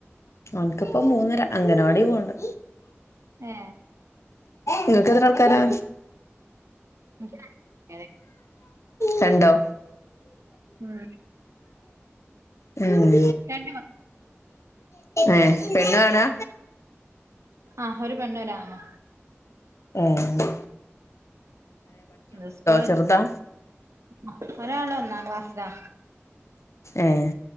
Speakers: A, on the left; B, on the right.
A: അവക്ക്പ്പോ മൂന്നര, അംഗനവാടി പോവണ്ട്.
B: ഏ
A: നിങ്ങൾക്ക് എത്ര ആൾക്കാരാ?
B: എനിക്ക് രണ്ടു കുട്ടികള്.
A: രണ്ടോ?
B: ഉം.
A: ഉം.
B: രണ്ട് മ
A: ഏഹ് പെണ്ണാ ആണാ?
B: ആഹ് ഒരു പെണ്ണ് ഒരു ആണ്.
A: ഏഹ്
B: ഇന്ന് സ്കൂള
A: ചെറുതാ
B: <unintelligible> ഒരാള് ഒന്നാൻ ക്ലാസ്സിലാ.
A: ഏഹ്